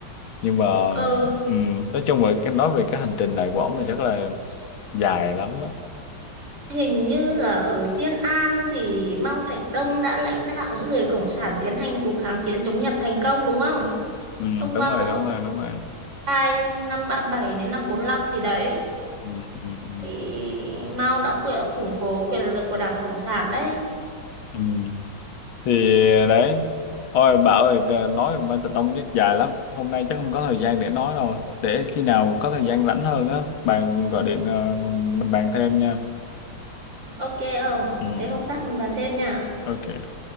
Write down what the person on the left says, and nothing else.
nhưng mà
ừm, nói chung là cái nói về cái hành trình này của ông thì chắc là dài lắm á
ừ,
đúng rồi
đúng
rồi đúng rồi
ừ, ừ, ừ.
ừ. Ừ. thì đấy ôi bà ơi c- nói mà thật đông rất dài lắm hôm nay chắc không có thời gian để nói rồi để khi nào có thời gian rảnh hơn á bà gọi điện ờ, mình bàn thêm nha
ừ. ừ,
ừ. ok